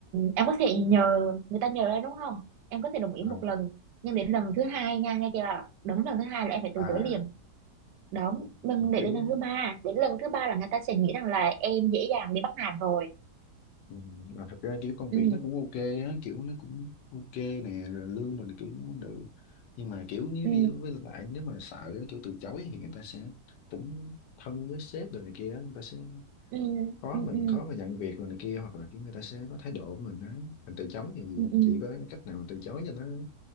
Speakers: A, on the right; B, on the left.
A: em có thể nhờ người ta nhờ em đúng không em có thể đồng ý
B: à,
A: một lần nhưng đến lần thứ hai nha nghe chưa bảo đúng lần thứ hai là em phải
B: à
A: từ chối liền đúng mình để
B: kiểu
A: đến lần thứ ba đến lần thứ ba là người ta sẽ nghĩ rằng là em dễ dàng bị bắt nạt rồi
B: ừ, mà thật ra kiểu công
A: ừ
B: việc nó cũng ok á kiểu nó cũng ok nè rồi lương mình kiểu cũng được nhưng mà kiểu như
A: ừ
B: ví dụ với lại nếu mà sợ kiểu từ chối thì người ta sẽ cũng thân với sếp rồi này kia á, người ta sẽ
A: ừ
B: khó
A: ừ
B: mình
A: ừ
B: khó mà nhận việc rồi này kia hoặc là cái người ta sẽ có thái độ của mình á mình từ chối như gì
A: ừ ừ.
B: chỉ có cách nào mà từ chối cho nó